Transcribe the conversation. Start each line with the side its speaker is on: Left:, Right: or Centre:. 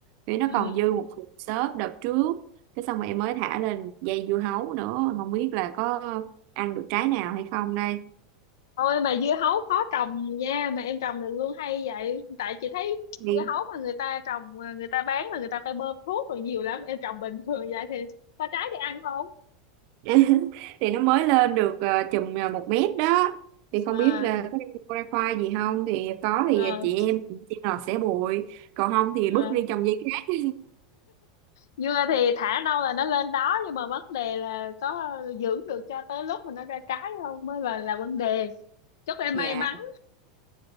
Right: vì nó
Left: ừ
Right: còn dư một cục xớp đợt trước cái xong rồi em mới thả lên dây dưa hấu nữa không biết là có ăn được trái nào hay không đây
Left: Ôi mà dưa hấu khó trồng nha mà em trồng được luôn hay vậy tại chị thấy
Right: Đi.
Left: dưa hấu mà người ta trồng à, người ta bán là người ta phải bơm thuốc rồi nhiều lắm em trồng bình thường vậy thì có trái để ăn không
Right: <laughs> thì nó mới lên được uh, chùm ờ, một mét đó thì không
Left: à,
Right: biết là có ra khoa gì không thì có thì
Left: à,
Right: chị em chị nào sẽ bụi còn không thì bước
Left: à.
Right: đi trồng dây khác
Left: dưa thì thả đâu là nó lên đó nhưng mà vấn đề là có giữ được cho tới lúc mà nó ra trái không mới là là vấn đề chúc em
Right: dạ
Left: may mắn